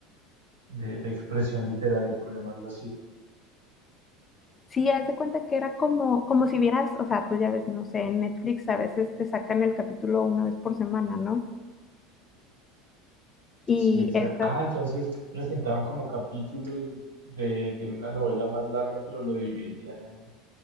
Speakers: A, on the right; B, on the left.
A: de, de expresión literaria, por llamarlo así.
B: sí, haz de cuenta que era como, como si vieras, o sea, pues ya ves, no sé, en Netflix a veces te sacan el capítulo una vez por semana, ¿no? Y
A: Sí, exa-
B: esta,
A: ah, entonces presentaban como capítulos de, de una novela más larga, pero lo dividían